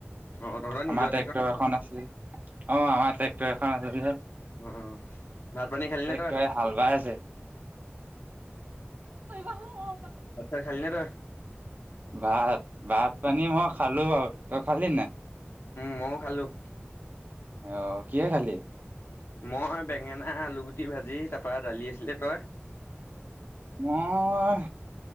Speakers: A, on the left; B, on the right.
A: অ তহঁতৰ
B: আমাৰ
A: নিজৰ
B: ট্ৰেক্টৰ এখন
A: নি?
B: আছে যে অ' আমাৰ ট্ৰেক্টৰ এখন আছে যে
A: অ অ ভাত পানী খালি
B: টেক্টৰে
A: নে তই
B: হাল বাই আছে। কৰিবাহু অ'।
A: ভাত তাত খালি নে তই?
B: ভাত ভাত পানী মই খালো বাৰু তই খালি নাই?
A: ময়ো খালোঁ।
B: আহ কিহে হয় খালি?
A: মই বেঙেনা আলুগুটি ভাজি তাৰ পৰা দালি আছিলে তই?
B: মই